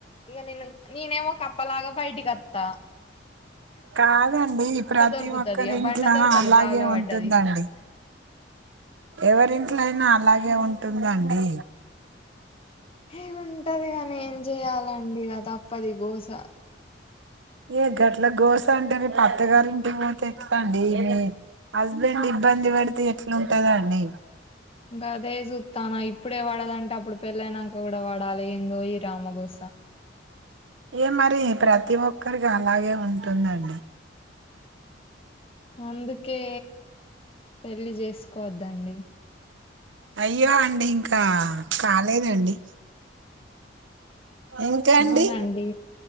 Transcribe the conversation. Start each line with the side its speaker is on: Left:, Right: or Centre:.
Left: ఇక నేను నేనేమ ఒక అప్పలాగా బయటి గత్త
Right: కాదండి ప్రతి
Left: దొరుకుతది
Right: ఒక్కరింట్లో
Left: ఆ బండ దొరకది
Right: అలాగే
Left: బావిలో పడ్డది
Right: ఉంటుందండి ఎవరింట్లో అయినా. అలాగే ఉంటుందండి.
Left: హే ఉంటదిగానీ చేయ్యాలండి తప్పది గోస
Right: ఏ గట్ల గోస అంటేనే అత్తగారింటికి పోతే ఎట్లా అండి మీ హస్బెండ్ ఇబ్బంది పెడితే ఎట్లుంటుందండి
Left: గదే చూస్తాను ఇప్పుడే వాడదం అంటే అప్పుడు పెళ్ళైనాక కూడా వాడాలి ఏందో ఈ రామగోస.
Right: ఇ మరి ప్రతి ఒక్కరికి అలాగే ఉంటుందండి.
Left: అందుకే పెళ్లి చేసుకో కోద్దండి
Right: అయ్యో అండి ఇంకా కాలేదండి ఇంకా అండి
Left: అవునండి